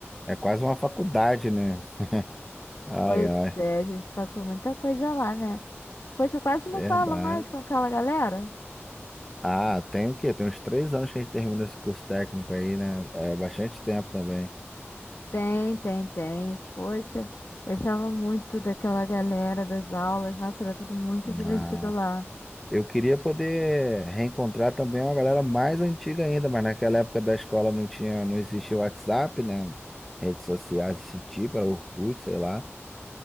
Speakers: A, in the centre; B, on the left (about 70°).
A: É quase uma faculdade, né? Ai,
B: Pois
A: ai,
B: é, a gente passou muita coisa lá, né? Poxa, eu quase
A: verdade.
B: não falo mais com aquela galera.
A: Ah, tem o quê? Tem uns três anos que a gente terminou esse curso técnico aí, né? É bastante tempo também.
B: Tem, tem, tem. Poxa, gostava muito daquela galera das aulas. Nossa, era tudo muito divertido
A: Ah.
B: lá.
A: Eu queria poder reencontrar também uma galera mais antiga ainda, mas naquela época da escola não tinha, não existia o WhatsApp, né? Redes sociais desse tipo, era Orkut, sei lá.